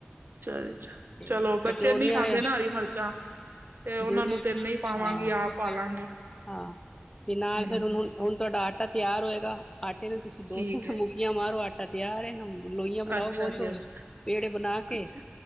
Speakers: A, on the right (about 55°); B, on the left (about 15°).
A: ਜੀ
B: ਅੱਛਾ ਠੀਕ
A: ਚਲੋ ਬੱਚੇ
B: ਐ, ਚੋਰ
A: ਨਹੀਂ
B: ਨੀ
A: ਖਾਂਦੇ
B: ਆਏਆ।
A: ਨਾ ਹਰੀ ਮਿਰਚਾਂ ਤੇ ਉਹਨਾਂ
B: ਜੋ ਨਈ
A: ਨੂੰ ਤੇ ਨਹੀਂ ਪਾਵਾਂਗੀ
B: ਹਾਂ-ਹਾਂ
A: ਆਪ ਪਾ ਲਾਂਗੇ
B: ਤੇ ਨਾਲ
A: ਹੂੰ
B: ਫੇਰ ਓਨੂੰ ਹੁਨ ਹੁਨ ਤਾਡਾ ਆਟਾ ਤਿਆਰ ਹੋਏਗਾ, ਆਟੇ ਨੂੰ ਤੁਸੀਂ
A: ਠੀਕ
B: ਦੋ ਤਿੰਨ
A: ਹੈ
B: ਮੁਕੀਆਂ ਮਾਰੋ ਆਟਾ ਤਿਆਰ ਐ ਨਾ ਹੁਨ। ਲੋਈਆਂ ਬਨਾਓ
A: ਅੱਛਾ
B: ਗੋਲ-ਗੋਲ,
A: ਜੀ ਅੱਛਾ
B: ਪੇੜੇ ਬਨਾ ਕੇ
A: ਅੱਛਾ